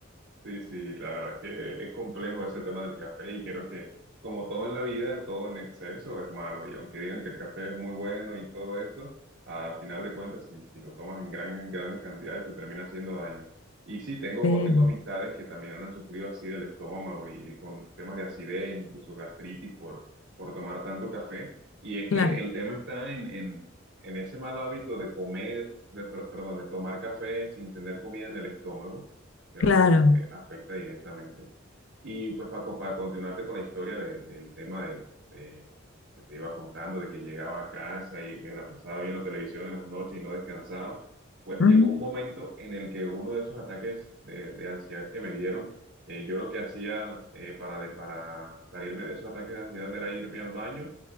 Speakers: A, on the right; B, on the left.
A: Sí, sí, la verdad es que es complejo ese tema del café y creo que como todo en la vida, todo en exceso es malo y aunque digan que el café es muy bueno y todo esto, al final de cuentas, si, si lo tomas en gran, en grandes cantidades, te termina haciendo daño. Y sí, tengo,
B: Sí,
A: tengo amistades que también han sufrido así del estómago y con temas de acidez, incluso gastritis por, por tomar tanto café. Y es
B: claro,
A: que el tema está en, en, en ese mal hábito de comer, de, per- perdón, de tomar café sin tener comida en el estómago Creo
B: claro.
A: que eso es lo que afecta directamente. Y pues Paco, para continuarte con la historia de- del tema de, de- que te iba contando, de que llegaba a casa y me la pasaba viendo televisión en las noches y no descansaba, pues
B: ujú,
A: llegó un momento en el que uno de esos ataques de, de ansiedad que me dieron, eh, yo lo que hacía eh, para, de- para salirme de esos ataques de ansiedad era irme al baño